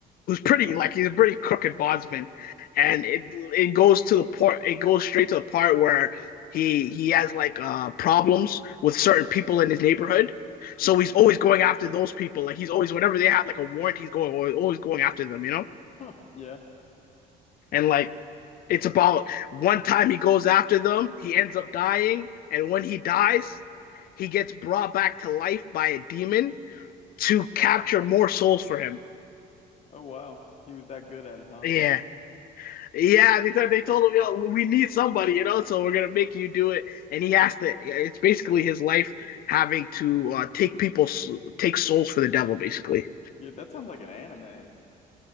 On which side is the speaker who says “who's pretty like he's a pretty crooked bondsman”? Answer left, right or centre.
Left